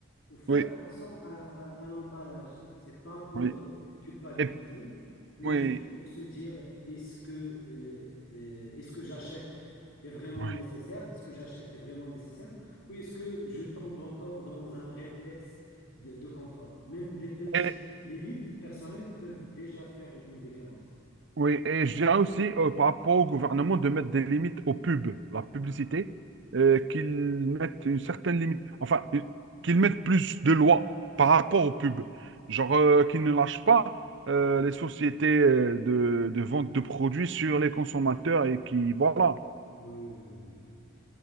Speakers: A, on the left; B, on the right.
A: faut faire
B: oui,
A: attention à, à, à l'emballage. C'est pas pour
B: oui.
A: culpabiliser,
B: Et-
A: mais
B: oui,
A: juste pour se dire, est-ce que, euh, euh, est-ce que j'achète est vraiment
B: oui,
A: nécessaire? Est-ce que j'achète est vraiment nécessaire? Ou est-ce que je tombe encore dans un réflexe de, de confort? Même des petites
B: oui.
A: limites personnelles peuvent déjà faire une différence.
B: Oui, et je dirais aussi euh, par rapport au gouvernement de mettre des limites aux pubs, la publicité,
A: Ah,
B: euh, qu'ils mettent une certaine limite, enfin, euh, qu'ils mettent plus de lois par rapport aux pubs. Genre euh, qu'ils ne lâchent pas euh,
A: Oui,
B: les sociétés euh, de, de vente de produits sur les consommateurs et qui, voilà.
A: oui, oui, oui. oui. oui.